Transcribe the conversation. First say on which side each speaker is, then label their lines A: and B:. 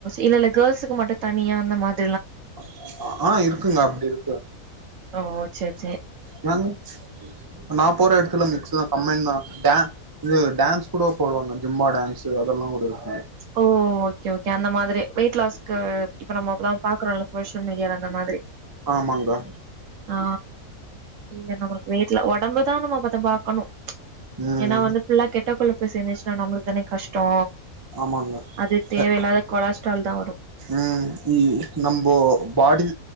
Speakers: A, on the right; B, on the right.
A: இல்ல இல்ல கேர்ள்ஸுக்கு மட்டு தனியா அந்த மாத்
B: அ அ ஆ இருக்குங்க அப்டி இருக்கு
A: ஓஓ சேர்
B: நாங்க இப்ப நா போற எடத்துல மேக்சிமம் கம்மைன் தா டே இது டான்ஸ் கூட போடுவாங்க ஜும்பா டான்ஸு அதெல்லா கூட இருக்
A: ஓ ஓகே ஓகே அந்த மாதிரி வெய்ட் லாஸ் கு இப்ப நம்ம <unintelligible> பாக்றோல ஃபோஷ் ட்டு மீடியால அந்த மாதிரி
B: ஆமாங்கா
A: ஆ இல்ல நமக்கு வீட்ல ஒடம்புக் <unintelligible> பத பாக்கணு
B: ம்
A: ஏனா வந்து ஃபுல்லா கெட்ட பிள் போய் சேந்துச்சினா நம்ளுக்கு தானே கஷ்டோ
B: ஆமாங்க
A: அது தேவையில்லாத
B: அ
A: கொலஸ்ட்ரால் தா வரு
B: உம் இ நம்போ பாடி